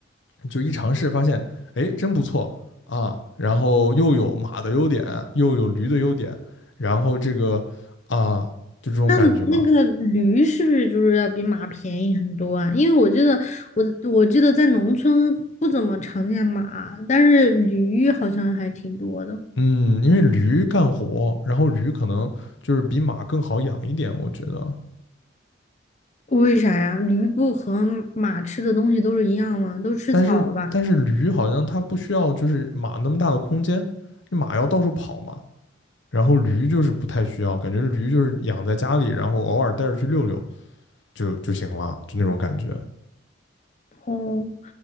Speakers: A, on the left; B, on the left.
A: 就一尝试发现，哎，真不错啊，然后又有马的优点，又有驴的优点，然后这个啊，就这种感觉嘛。
B: 那那个驴是不是就是要比马便宜很多啊？因为我记得我我记得在农村不怎么常见马，但是驴好像还挺多的。
A: 嗯，因为驴干活，然后驴可能就是比马更好养一点，我觉得。
B: 为啥呀？驴不和马吃的东西都是一样吗？都吃草吧？
A: 但是但是驴好像它不需要就是马那么大的空间，马要到处跑嘛，然后驴就是不太需要，感觉驴就是养在家里，然后偶尔带着去溜溜就就行了，就那种感觉。
B: 哦，